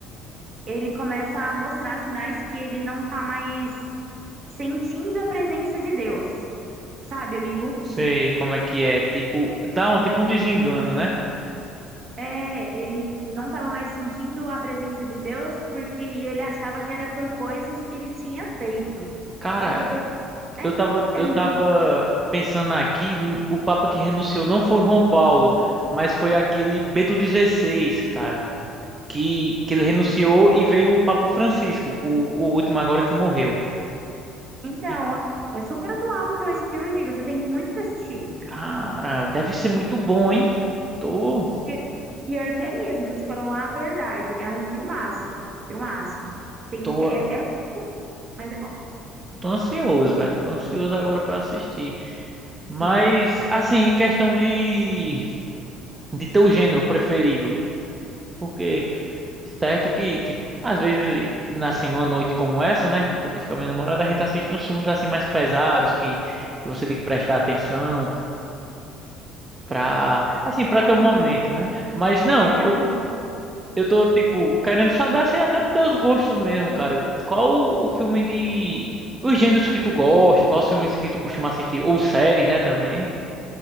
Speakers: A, on the right; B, on the right.
A: ele começa a mostrar sinais que ele não tá mais sentindo a presença de Deus. Sabe, amigo?
B: Sei como é que é. Tipo, dá um tipo um desengano, né?
A: É, ele não estava mais sentindo a presença de Deus porque e ele achava que era por coisas que ele tinha feito.
B: Cara,
A: Porque teve. É,
B: eu tava, eu
A: é, mu-
B: tava pensando aqui, n- o Papa que renunciou não foi João Paulo, mas foi aquele Bento XVI, cara. que, que ele
A: ah,
B: renunciou e veio o Papa Francisco, o, o último agora que morreu.
A: então,
B: E,
A: é é super atual, então, esse filme, amigo. Você tem muito que assistir.
B: cara, deve ser muito bom, hein? Tô,
A: Porque, pior que é mesmo, tô te falando a verdade. É um filmaço. Filmaço. Tem,
B: tô,
A: tem- é, é longo, mas é bom.
B: tô ansioso, velho. Tô ansioso agora pra assistir. Mas,
A: Sim.
B: assim, em questão de, de teu gênero preferido. Porque, certo que, tipo, às vezes, assim, numa noite como essa, né? Que eu tive com a minha namorada, a gente assiste uns filmes, assim, mais pesados, que, que você tem que prestar atenção pra,
A: Ai,
B: assim,
A: Você
B: pra
A: quer
B: teu
A: um
B: momento,
A: filme.
B: né? Mas não,
A: Você quer um.
B: Eu tô, tipo, querendo saber, assim, até dos teus gostos mesmo, cara. Qual o filme de... Os gêneros que tu gosta, quais os filmes que tu costuma assistir, ou séries, né, também.